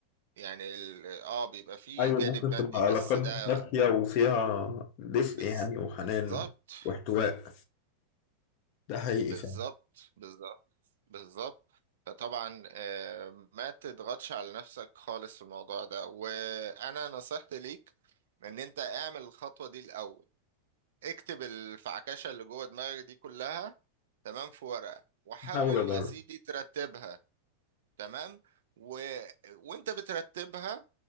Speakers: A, on the right; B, on the left.
A: يعني ال- اه بيبقى فيه
B: ايوه
A: جانب
B: ممكن تبقى
A: مادي
B: علاقات
A: بس ده
B: دافية وفيها دفء
A: بالظبط
B: يعني وحنان واحتواء ده حقيقي
A: بالظبط
B: فعلا
A: بالظبط بالظبط فطبعا آه، ما تضغطش على نفسك خالص في الموضوع ده وانا نصيحتي ليك ان انت اعمل الخطوة دي الاول اكتب الفعكشة اللي جوه دماغك دي كلها تمام في ورقة وحاول
B: هحاول اجرب
A: يا سيدي ترتبها تمام و... وانت بترتبها